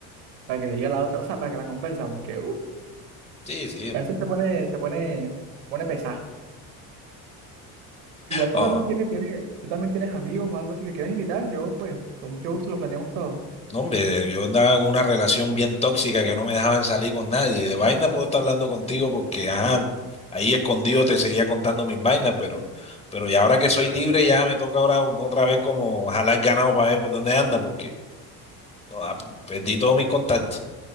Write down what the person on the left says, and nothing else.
Sí, sí.
Ah,
no, hombre, yo andaba con una relación bien tóxica que no me dejaban salir con nadie. De vaina puedo estar hablando contigo porque, ajá, ahí escondido te seguía contando mis vainas, pero, pero y ahora que soy libre ya me toca ahora otra vez como jalar ganado para ver por dónde anda, porque no, ah, perdí todos mis contactos.